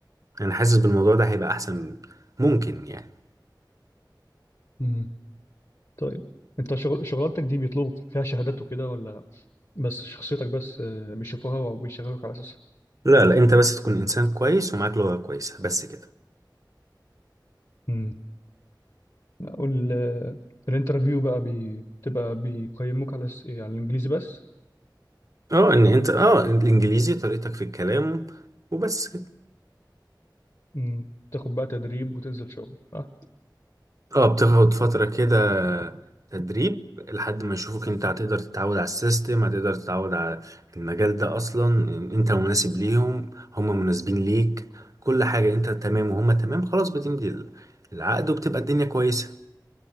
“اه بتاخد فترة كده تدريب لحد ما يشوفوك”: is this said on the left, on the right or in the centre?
Right